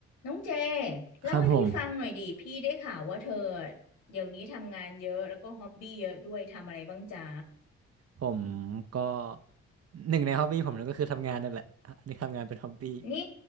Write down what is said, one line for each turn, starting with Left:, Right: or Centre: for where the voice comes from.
Left: น้องเจเล่าให้พี่ฟังหน่อยดิพี่ได้ข่าวว่าเธอ
Right: ครับผม
Left: เดี๋ยวนี้ทำงานเยอะแล้วก็ฮ็อบบี้เยอะด้วยทำอะไรบ้างจ๊ะ
Right: ผมก็หนึ่งในฮอบบี้ผมนั่นก็คือทำงานนั่นแหละนี่ทำงานเป็นฮอบบี้
Left: นี่